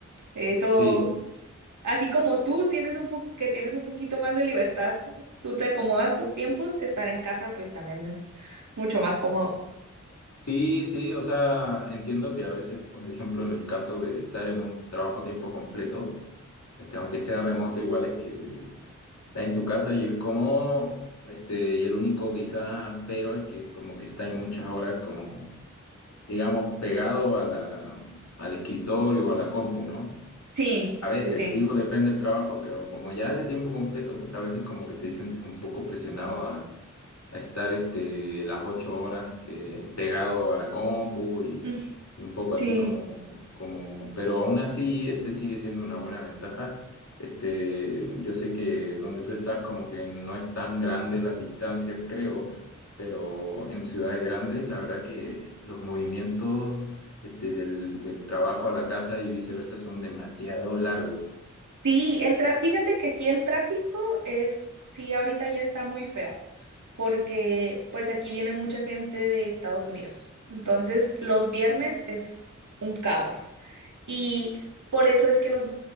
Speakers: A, on the right; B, on the left.
A: Eso,
B: sí,
A: así como tú tienes un po- que tienes un poquito más de libertad, tú te acomodas tus tiempos, estar en casa, pues también es mucho más cómodo.
B: sí, sí, o sea, entiendo que a veces, por ejemplo, en el caso de estar en un trabajo a tiempo completo, este, aunque sea remoto, igual es que estás en tu casa y es como, este, y el único quizás pero es que como que estás en muchas horas como, digamos, pegado a la, al escritorio o a la compu, ¿no?
A: Sí,
B: A veces,
A: sí, sí.
B: digo, depende del trabajo, pero como ya es de tiempo completo, pues a veces como que te sientes un poco presionado a estar este, las ocho horas este, pegado a la compu y,
A: Mm,
B: y un poco así
A: Sí,
B: como, como, pero aún así este sigue siendo una buena ventaja. Este, yo sé que donde tú estás como que no es tan grande las distancias, creo, pero en ciudades grandes la verdad que los movimientos este, del, del trabajo a la casa y viceversa son demasiado largos.
A: sí, el tra- fíjate que aquí el tráfico es, sí, ahorita ya está muy feo. porque pues aquí viene mucha gente de Estados Unidos. Entonces, los viernes es un caos. Y por eso es que nos